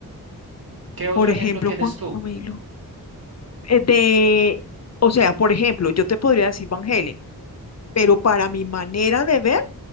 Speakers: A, on the right; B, on the left.
A: ¿Qué otro
B: Por
A: ejemplo
B: ejemplo,
A: tienes
B: Juan
A: tú?
B: Camilo, eh, de, o sea, por ejemplo, yo te podría decir Van Halen, pero para mi manera de ver,